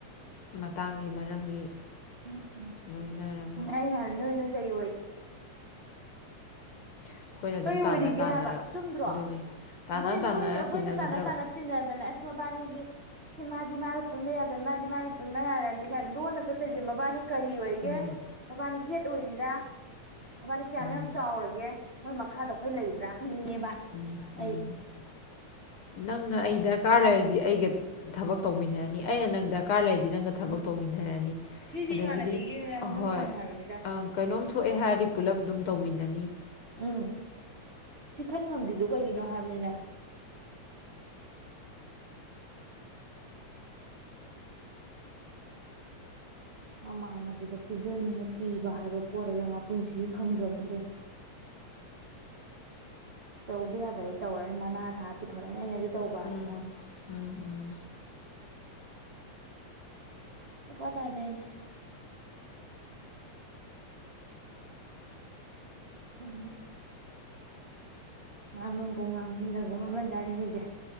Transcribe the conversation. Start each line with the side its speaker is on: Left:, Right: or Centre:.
Left: ꯃꯇꯥꯡꯒꯤ ꯃꯔꯝꯒꯤ
Right: ꯎꯝ ꯎꯝ
Left: ꯂꯣꯏꯅꯔꯒ
Right: ꯎꯝ ꯑꯩ ꯀꯩ
Left: ꯑꯩꯈꯣꯏꯅ ꯑꯗꯨꯝ
Right: ꯑꯣꯏꯔꯤꯒꯦ
Left: ꯇꯥꯟꯅ ꯇꯥꯟꯅꯔ
Right: ꯍꯥꯏꯕ ꯆꯨꯝꯗ꯭ꯔꯣ
Left: ꯑꯗꯨꯅꯤ ꯇꯥꯟꯅ
Right: ꯃꯣꯏ
Left: ꯇꯥꯟꯅꯔ
Right: ꯃꯣꯏ ꯑꯩꯈꯣꯏꯅ
Left: ꯇꯤꯟꯅꯒꯗ꯭ꯔꯕ
Right: ꯇꯥꯟꯅ ꯇꯥꯟꯅ ꯇꯤꯟꯅꯗꯅ ꯑꯁ ꯃꯕꯥꯅꯤꯒꯤ ꯃꯥꯗꯤ ꯃꯥꯒ ꯄꯨꯟꯕ ꯌꯥꯗꯅꯤ ꯃꯥꯗꯤ ꯃꯥꯒ ꯄꯨꯟꯕ ꯌꯥꯗꯅꯤ ꯀꯥꯏꯅ ꯂꯣꯟꯅ ꯆꯠ ꯆ ꯇꯔꯤꯁꯦ ꯃꯕꯥꯅꯤ ꯀꯔꯤ ꯑꯣꯏꯒꯦ
Left: ꯎꯝ
Right: ꯃꯕꯥꯅꯤ ꯍꯦꯠ ꯑꯣꯏꯔꯤꯔꯥ ꯃꯕꯥꯅꯤ ꯀꯌꯥꯝ
Left: ꯎꯝ
Right: ꯌꯥꯝ ꯆꯥꯎꯔꯒꯦ ꯃꯣꯏ ꯃꯈꯥꯗ ꯑꯩꯈꯣꯏ ꯂꯩꯕ꯭ꯔꯥ ꯍꯪꯅꯤꯡꯉꯦꯕ
Left: ꯎꯝ
Right: ꯑꯩ
Left: ꯎꯝ ꯅꯪꯅ ꯑꯩ ꯗꯔꯀꯥꯔ ꯂꯩꯔꯗꯤ ꯑꯩꯒ ꯊꯕꯛ ꯇꯧꯃꯤꯟꯅꯔꯅꯤ ꯑꯩꯅ ꯅꯪ ꯗꯔꯀꯥ ꯗꯔꯀꯥꯔ ꯂꯩꯔꯗꯤ ꯅꯪꯒ
Right: ꯎꯝ
Left: ꯊꯕꯛ ꯇꯧꯃꯤꯟꯅꯔꯅꯤ
Right: ꯁꯤꯗꯤ
Left: ꯑꯗꯒꯤꯗꯤ
Right: ꯏꯃꯥꯟꯅꯕꯤꯒꯤ ꯍꯧꯅ
Left: ꯑꯍꯣꯏ
Right: ꯁꯥꯅꯤ ꯍꯥꯏꯕꯅꯤꯗ
Left: ꯀꯩꯅꯣꯝ ꯊꯣꯛꯑꯦ ꯍꯥꯏꯔꯗꯤ ꯄꯨꯂꯞ ꯑꯗꯨꯝ ꯇꯧꯃꯤꯟꯅꯅꯤ
Right: ꯎꯝ ꯁꯤ ꯈꯟ ꯉꯝꯗ꯭ꯗꯣ ꯀꯩꯒꯤꯅꯣ ꯍꯥꯏꯕꯅꯤꯅ <inaudible> ꯃꯃꯥꯟꯅꯕꯤꯗ ꯄꯤꯖꯅꯤꯅ ꯄꯤꯕ ꯍꯥꯏꯕ ꯄꯣꯠ ꯑ ꯃꯥ ꯄꯨꯟꯁꯤꯒꯤ ꯈꯪꯗ꯭ꯔꯕꯅꯤ ꯀꯩꯅꯣ ꯇꯧꯗ ꯌꯥ ꯑꯗꯨꯩ ꯇꯧꯔꯅꯤ ꯃꯅꯥ ꯊꯥ ꯄꯨꯊꯣꯔꯂꯛꯅꯤ ꯑꯩꯅꯗꯤ ꯇꯧꯕ
Left: ꯎꯝ
Right: ꯑꯗꯨꯃꯥꯏꯅ
Left: ꯎꯝ ꯎꯝ
Right: ꯀꯇꯥꯗꯗꯤ ꯎꯝ ꯉꯥꯡꯅꯤꯡꯀꯣ ꯉꯥꯡꯅꯤꯡꯗꯕꯣ ꯃꯃꯜ ꯇꯥꯏꯉꯁꯦ